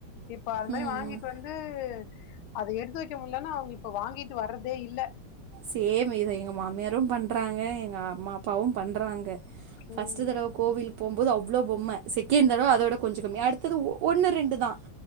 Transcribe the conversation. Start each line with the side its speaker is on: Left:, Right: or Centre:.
Left: இப்ப அது மாரி
Right: ம்,
Left: வாங்கிட்டு
Right: ம்.
Left: வந்து அது எடுத்து வக்க முல்லன்னு அவுங்க இப்ப வாங்கிட்டு வர்றதே இல்ல
Right: சேம் இத எங்க மாமியாரு பண்றாங்க எங்க அம்மா அப்பாவு பண்றாங்க ஃபர்ஸ்ட்
Left: ம்
Right: தடவ கோவில் போம்போது அவ் இவ்ளோ பொம்ம‌ செகண்ட் தடவ அத விட கொஞ்சோ கம்மி அடுத்தது ஒன்னு ரெண்டு தா